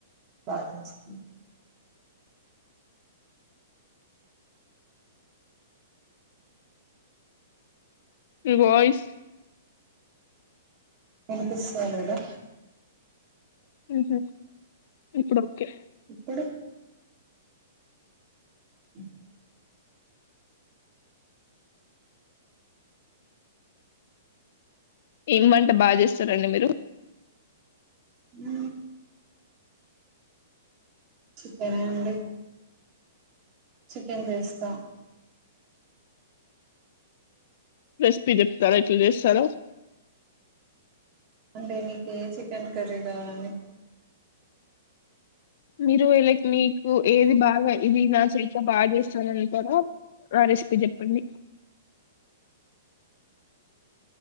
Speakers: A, on the right; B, on the left.
A: బాగా చేస్తా
B: మీ వాయిస్
A: వినిపిస్తా లేదా
B: ఉహు ఇప్పుడు ఒకే
A: ఇప్పుడు ఉ
B: ఏం వంట బాగా చేస్తారండి మీరు
A: ఉ చికెనే అండి చికెన్ చేస్తా
B: ప్లస్ మీరు చెప్తారా ఎట్ల చేస్తారో
A: అంటే మీకు ఏ చికెన్ కర్రీ కావాలి
B: మీరు లైక్ మీకు ఏది బాగా ఇది నా చేత బాగా చేస్తానని కూడా ఆ రెసిపీ చెప్పండి